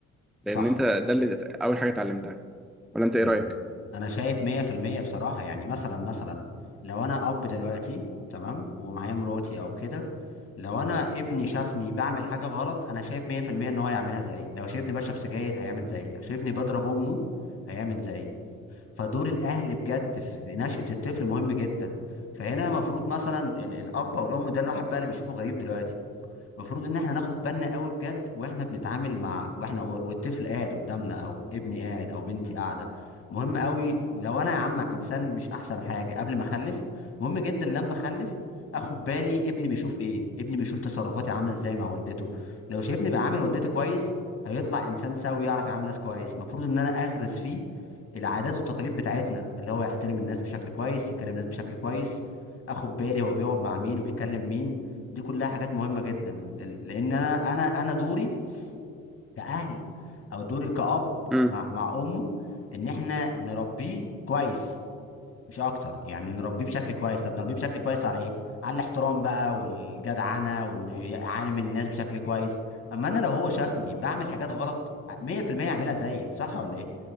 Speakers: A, in the centre; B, on the left.
A: لأن
B: صح
A: انت ده اللي تت- أول حاجة اتعلمتها ولا انت ايه
B: انا
A: رأيك؟
B: انا شايف 100% بصراحة يعني مثلا مثلا لو انا اب دلوقتي تمام ومعايا مراتي او كده لو انا ابني شافني بعمل حاجه غلط انا شايف 100% ان هو هيعملها زيي لو شايفني بشرب سجاير هيعمل زيي لو شايفني بضرب امه هيعمل زيي فدور الاهل بجد في في نشأة الطفل مهم جدا فهنا المفروض مثلا ال- الاب او الام ده الواحد بقى اللي بيشوفه غريب دلوقتي المفروض ان احنا ناخد بالنا قوي بجد واحنا بنتعامل مع واحنا والطفل قاعد قدامنا او ابني قاعد او بنتي قاعده مهم قوي لو انا يا عم انسان مش احسن حاجه قبل ما اخلف مهم جدا لما اخلف اخد بالي ابني بيشوف ايه ابني بيشوف تصرفاتي عامله ازاي مع والدته لو شايفني بعامل والدته كويس هيطلع انسان سوي يعرف يعامل ناس كويس المفروض ان انا اغرس فيه العادات والتقاليد بتاعتنا اللي هو يحترم الناس بشكل كويس يكلم الناس بشكل كويس اخد بالي هو بيقعد مع مين وبيكلم مين دي كلها حاجات مهمة جدا ل- ل- لان انا انا انا دوري كأهل او دوري كأب
A: امم
B: مع مع امه ان احنا نربيه كويس مش اكتر يعني نربيه بشكل كويس طب نربيه بشكل كويس على ايه على الاحترام بقى والجدعنة وان ي- عالم من الناس بشكل كويس اما انا لو هو شافني بعمل حاجات غلط 100% يعملها زيي صح ولا ايه